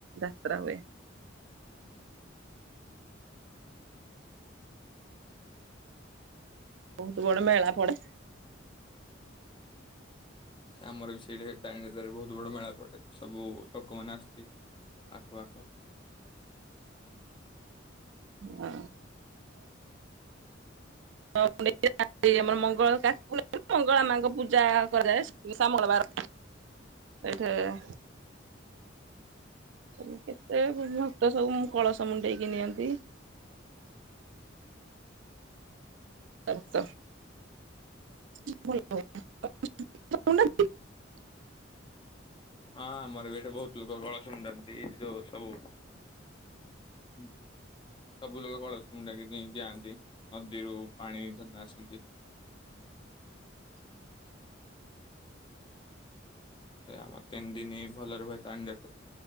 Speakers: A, on the right; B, on the left.
A: ଯାତ୍ରା ହୁଏ। ବହୁତ ବଡ ମେଳା ପଡେ।
B: ଆମର ବି ସେଇ ତାରିଣୀ ଯାତ୍ରାରେ ବହୁତ ବଡ ମେଳା ପଡେ ସବୁ ଲୋକମାନେ ଆସନ୍ତି। ଆଖ ପାଖ
A: ଅ <unintelligible> ମଙ୍ଗଳା ମାଙ୍କ ପୂଜା କରାଯାଏ ସମବର ସେଇଠି। ସବୁ କେତେ ଭକ୍ତ ସବୁ କଳସ ମୁଣ୍ଡେଇକି ନିଅନ୍ତି। <inaudible> <unintelligible>
B: ହଁ ଆମର ବି ଏଠି ବହୁତ ଲୋକ କଳସମୁଣ୍ଡାନ୍ତି ଏଇ ଯୋଉ ସବୁ ହୁଁ ସବୁ ଲୋକ କଳସ ମୁଣ୍ଡାଇକି ଯାଆନ୍ତି ନଦୀରୁ ପାଣି ଧରିକିନା ଆସନ୍ତି। ଆମର ତିନି ଦିନି ଭଲରେ ହୁଏ ତାରିଣୀ ଯାତ୍ରା।